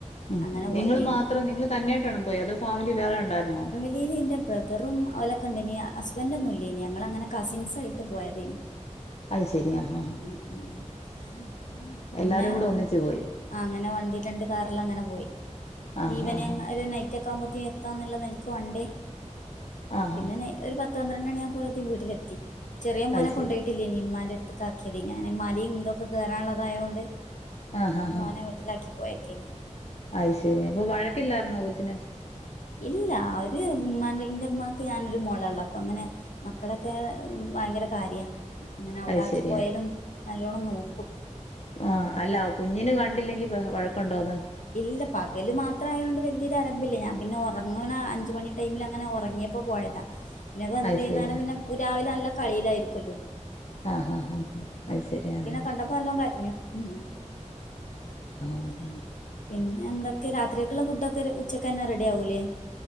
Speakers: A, on the left (about 60°); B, on the left (about 85°).
A: ഉം
B: അങ്ങനെ പോയതേനി
A: നിങ്ങൾ മാത്രം നിങ്ങൾ തന്നേയിട്ടാണോ പോയെ അതോ ഫാമിലി വേറെ ണ്ടായിര്ന്നോ
B: ലീലിന്റെ ബ്രദറും ഓലൊക്കെണ്ടേനി ഹസ്ബന്റൊന്നും ഇല്ലേനി ഞങ്ങളങ്ങനെ കസിൻസായിട്ട് പോയതേ
A: അത് ശരി ഹ അഹ്
B: ഉം ഉം പിന്നെ
A: എല്ലാരും കൂടെ ഒന്നിച്ചു പോയി
B: ആ ങ്ങനെ വണ്ടി രണ്ട് കാറിലങ്ങനെ പോയി
A: ആ
B: വീവനെ
A: ഹാ ഹാ
B: ഒരു നൈറ്റൊക്കാവുമ്പോത്തിന് ത്താന്ന്ള്ള നെൽക്ക് വണ്ടി
A: ആ
B: പിന്നെന്ന്
A: ഹാ
B: ഒരു പത്ത് പന്ത്രണ്ടണ്യായപ്പൊ ലത്തി വീട്ട്ലെത്തി ചെറിയ മോനെ
A: അത് ശരി
B: കൊണ്ടോയിട്ടില്ലേനി മ്മാന്റെട്ത്ത്ക്കാക്കിയതേനി അങ്ങനെ മലിം തൊക്കെ കേറാള്ളതായോണ്ട്
A: ആ ഹാ ഹാ
B: മോനെ വീട്ടിലാക്കി പോയക്കേനി
A: അത് ശരി അപ്പൊ വഴക്കില്ലാർന്നോ കൊച്ചിന്
B: ഇല്ല ഒര് മ്മാന്റെ ന്റെമാക്ക് ഞാനൊരു മോള ള്ളെ അപ്പ ങ്ങനെ മക്കളൊക്കെ ഭയങ്കര കാര്യാ അങ്ങനെ അവ്ടാക്കിപ്പോയാലും
A: അത് ശരിയാ
B: നല്ലോണം നോക്കും
A: ആ അല്ല കുഞ്ഞിനും കണ്ടില്ലെങ്കി ബഹ് വഴക്കമുണ്ടോന്ന്
B: ഇല്ല പകല് മാത്രം ആയത്ണ്ട് വലിയൊരു അലമ്പില്ല ഞാൻ പിന്നെ ഉറങ്ങണ അഞ്ച് മണി ടൈമിൽ അങ്ങനെ ഒറങ്ങിയപ് പ്പോ പോയതാ പിന്നെ വന്ന്
A: അത്
B: വുന്നേരം
A: ശരിയാ
B: പിന്നെ രാവിലെ നല്ല കളിയിലായിരിക്കുല്ലോ?
A: ആഹ് ഹ ഹ അയ്ശരി ആഹ്
B: കണ്ടപ്പോ നല്ലോം കരഞ്ഞു ഉം
A: ഉം ഉം <inaudible>
B: പിന്നെ എന്തൊക്കെ രാത്രിേക്കുള്ള ഫുഡൊക്കെ ഉച്ചക്ക് തന്നെ റെഡി ആകൂലേ?